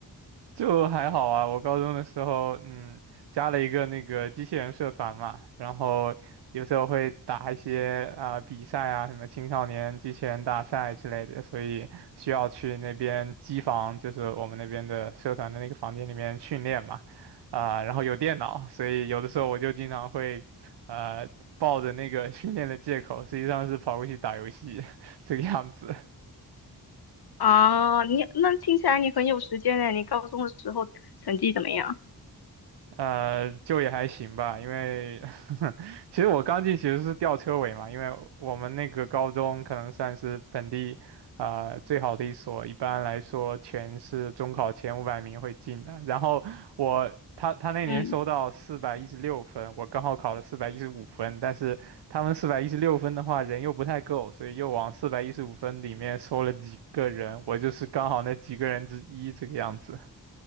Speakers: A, on the right (about 85°); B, on the left (about 65°).
A: 就还好啊，我高中的时候，嗯，加了一个那个机器人社团嘛，然后有时候会打一些啊、呃比赛啊，什么青少年机器人大赛之类的，所以需要去那边机房，就是我们那边的社团的那个房间里面训练嘛，啊、然后有电脑，所以有的时候我就经常会，呃，抱着那个训练的借口，实际上是跑过去打游戏 <laughs>，这个样子。
B: <laughs> 啊。你那听起来你很有时间呢，你高中的时候成绩怎么样？
A: 呃，就也还行吧，因为 <laughs> 其实我刚进其实是吊车尾嘛，因为我们那个高中可能算是本地呃最好的一所，一般来说全是中考前五百名会进的。然后我他他那年收到四百一十六分，
B: 嗯，
A: 我刚好考了四百一十五分，但是他们四百一十六分的话人又不太够，所以又往四百一十五分里面收了几个人，我就是刚好那几个人之一这个样子。